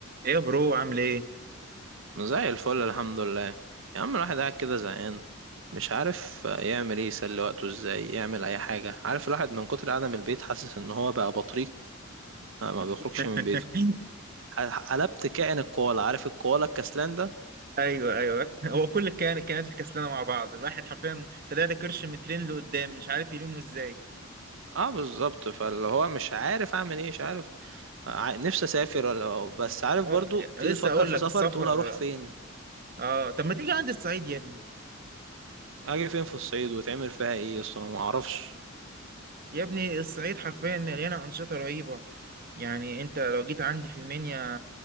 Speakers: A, on the right (about 45°); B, on the right (about 65°).
A: ايه يا برو عامل ايه؟
B: زي الفل الحمد لله يا عم الواحد قاعد كده زهقان مش عارف يعمل ايه يسلي وقته ازاي يعمل اي حاجة عارف الواحد من كتر قعدة البيت حاسس ان هو بقى بطريق آه، ما
A: <laughs>
B: بيخرجش من بيته ح- قلبت كائن الكوالا عارف الكوالا الكسلان ده
A: ايوه ايوه هو كل كان كانت في كسلانه مع بعض الواحد حرفيا طلع لي كرش من ترين لقدام مش عارف يلمه ازاي
B: اه بالظبط فاللي هو مش عارف اعمل ايه مش عارف ع- نفسي اسافر ولا بس عارف
A: اه
B: برضو
A: يعني
B: تيجي
A: لسه
B: تفكر
A: اقول
B: في
A: لك
B: سفر
A: السفر
B: تقول اروح فين
A: اه طب ما تيجي عندي الصعيد يا ابني
B: اجي فين في الصعيد وتعمل فيها ايه اصلا ما اعرفش
A: يا ابني الصعيد حرفيا مليانه انشطه رهيبه يعني انت لو جيت عندي في المنيا